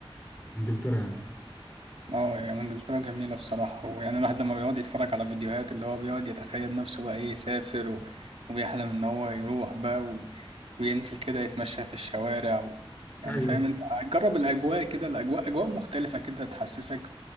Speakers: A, on the left; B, on the right.
A: انجلترا يعني
B: اه يعني انجلترا جميلة بصراحة ويعني الواحد لما بيقعد يتفرج على فيديوهات اللي هو بيقعد يتخيل نفسه بقى ايه يسافر و... وبيحلم ان هو يروح بقى و... وينزل كده يتمشى في الشوارع و... يعني
A: ايوه
B: فاهم انت جرب الاجواء كده الاجواء اجواء مختلفة كده تحسسك